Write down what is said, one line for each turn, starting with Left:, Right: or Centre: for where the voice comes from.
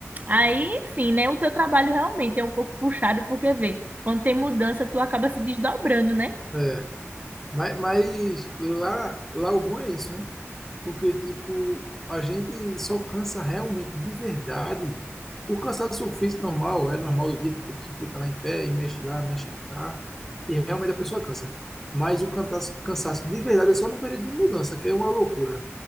Right: Aí, enfim, né? O teu trabalho realmente é um pouco puxado, porque vê, quando tem mudança, tu acaba se desdobrando, né?
Centre: É. Mas, mas lá, lá o bom é isso, né? Porque, tipo, a gente só cansa realmente, de verdade. O cansaço físico normal, é normal do dia, porque a pessoa fica lá em pé e mexe lá, mexe cá, e realmente a pessoa cansa. Mas o cansaço, cansaço de verdade é só no período de mudança, que é uma loucura.